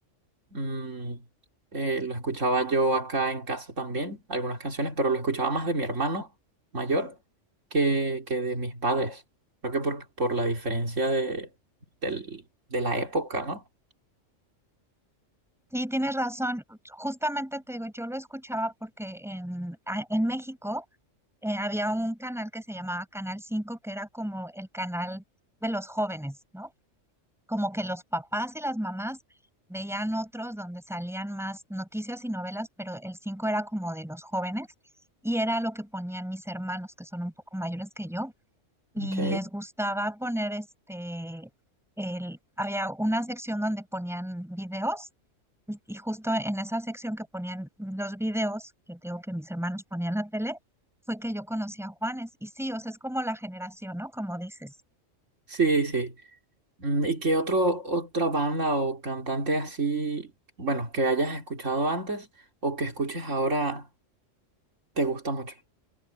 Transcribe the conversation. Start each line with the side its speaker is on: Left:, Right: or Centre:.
Right: Mm, eh, lo escuchaba yo acá en casa también, algunas canciones, pero lo escuchaba más de mi hermano mayor que, que de mis padres. Creo que por, por la diferencia de, del- de la época, ¿no?
Centre: Sí, tienes razón. Justamente te digo, yo lo escuchaba porque en, a- en México eh, había un canal que se llamaba Canal 5, que era como el canal de los jóvenes, ¿no? Como que los papás y las mamás veían otros donde salían más noticias y novelas, pero el 5 era como de los jóvenes y era lo que ponían mis hermanos, que son un poco mayores que yo. y
Right: Okay.
Centre: les gustaba poner este, el, había una sección donde ponían videos y, y justo en esa sección que ponían los videos, que te digo que mis hermanos ponían la tele, fue que yo conocí a Juanes. Y sí, o sea, es como la generación, ¿no? Como dices.
Right: Sí, sí. Mm, ¿Y qué otro, otra banda o cantante así, bueno, que hayas escuchado antes o que escuches ahora te gusta mucho?